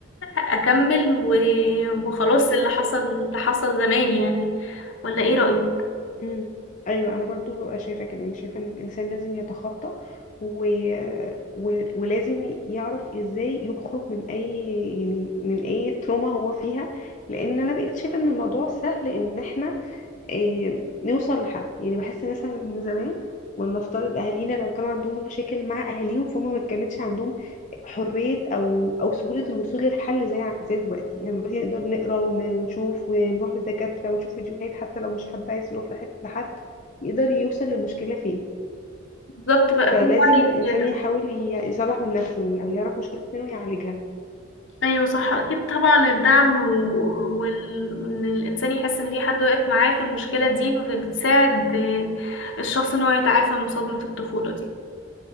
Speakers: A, on the left; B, on the left.
A: اكمل و... وخلاص اللي حصل اللي حصل زمان يعني ولا ايه رأيك
B: امم ايوه انا برضو ببقى شايفه كده يعني شايفه ان الانسان لازم يتخطى و... و... ولازم يعرف ازاي يخرج من اي يعني من اي تروما هو فيها لان انا بقيت شايفه ان الموضوع سهل ان احنا إيه نوصل لحل يعني بحس مثلا ان زمان ولنفترض اهالينا لو كانوا عندهم مشاكل مع اهاليهم فهم ما كانتش عندهم حرية او او سهولة الوصول للحل زي ع- زي دلوقتي يعني دلوقتي نقدر نقرا ون- ونشوف ونروح للدكاترة ونشوف فيديوهات حتى لو مش حد عايز يروح لحد لحد يقدر يوصل للمشكلة فين
A: بالظبط بقى
B: فلازم
A: في وعي
B: الانسان
A: زيادة
B: يحاول ي- يصلح من نفسه يعني او يعرف مشكلة فين ويعالجها
A: ايوه صح اكيد طبعا الدعم و... وال... وان الانسان يحس ان في حد واقف معاه في المشكلة دي بتساعد آه، الشخص ان هو يتعافى من صدمة الطفولة دي